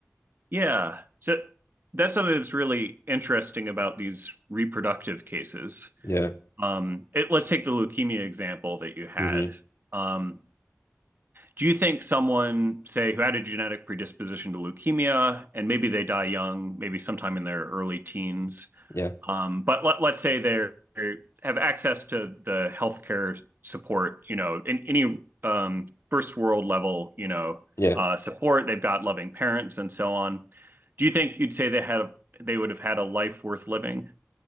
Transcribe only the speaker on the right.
Yeah. So that's something that's really interesting about these reproductive cases.
Um, it, let's take the leukemia example that you had.
Um, Do you think someone, say, who had a genetic predisposition to leukemia, and maybe they die young, maybe sometime in their early teens,
um, but let, let's say they have access to the healthcare support, you know, in any um, first world level, you know,
uh, support, they've got loving parents and so on. Do you think you'd say they had they would have had a life worth living?